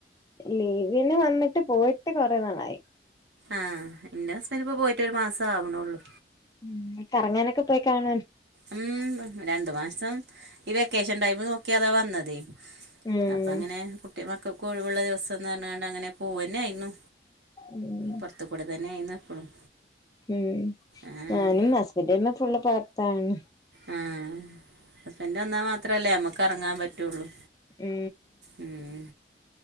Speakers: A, on the left; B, on the right.
A: ലീവിന് വന്നിട്ട് പോയിട്ട് കൊറെേ നാളായി.
B: ആഹ് എന്റേസ്ബന്റ് പ്പ പോയിട്ടരു മാസം ആവണള്ളൂ
A: ഉം കറങ്ങാനൊക്കെ പോയി കാണ
B: ഉം രണ്ടു മാസം ഈ വെക്കേഷൻ ടൈമ് നോക്കിയതാ വന്നതേ.
A: ഉം
B: അപ്പങ്ങനെ കുട്ടിമക്കൾക്ക് കൊയിവുള്ള ദിവസം.. പു പറണ്ട് അങ്ങനെ പോവന്നെ ആയിരുന്നു
A: ഉം
B: പുറത്ത കൂടെ തന്നെ ആയിരുന്നു എപ്പളും
A: ഉം
B: ആഹ്
A: ഞാനും ഹസ്ബൻഡ്ന്റ് പിന്നെ ഫുള്ള് പോറത്താണ്
B: ആ ഹസ്ബൻഡ് വന്നാൽ മാത്രല്ലേനമ്മുക്ക് എറങ്ങാൻ പറ്റുള്ളൂ
A: ഏഹ്.
B: ഉം